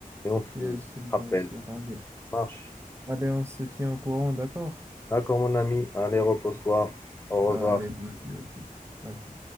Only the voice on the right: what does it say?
bien sûr, bien
sûr, allez.
Allez, on se tient au courant, d'accord?
Allez, vas-y, à tout. À tout.